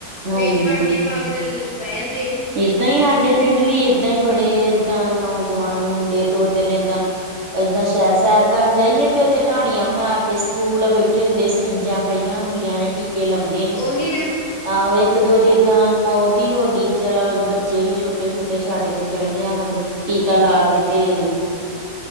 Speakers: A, on the right; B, on the left.
A: ਹਾਂਜੀ
B: ਵੇਚ ਵੱਟ ਕੇ ਖਾ ਕੇ, ਤੇ ਬੈ ਜਾਂਦੇ ਆ।
A: ਏਦਾਂ ਈ ਹਾਡੇ, ਪਿੰਡ ਵੀ ਏਦਾਂ ਹੀ, ਬੜੇ ਏਦਾਂ ਨੌਜਵਾਨ ਮੁੰਡੇ, ਦੋ-ਤਿਨ ਏਦਾਂ ਏਦਾਂ, ਸ਼ੈਰ- ਸੈਰ ਕਰਨ ਜਾਈਏ, ਤੇ ਉੱਥੇ ਟਾਣੀਆਂ ਬਣਾ ਕੇ ਸਕੂਲ ਬੈਠੇ ਹੁੰਦੇ, ਸਰਿੰਜਾਂ ਪਈਆਂ ਹੁੰਦੀਆਂ ਨੇ, ਟੀਕੇ ਲਾਉਂਦੇ ਨੇ,
B: ਉਹੀ ਨਾ
A: ਆਹੋ, ਇੱਕ- ਦੋ ਤੇ ਏਦਾਂ ਮੌਤ ਹੀ ਹੋ ਗਈ। ਵਿਚਾਰਾਂ ਬੱਚੇ ਵੀ ਛੋਟੇ- ਛੋਟੇ ਛੱਡ ਕੇ, ਚਲ ਗਿਆ ਮੱਤਲਬ ਟੀਕਾ ਲਾ ਕੇ ਤੇ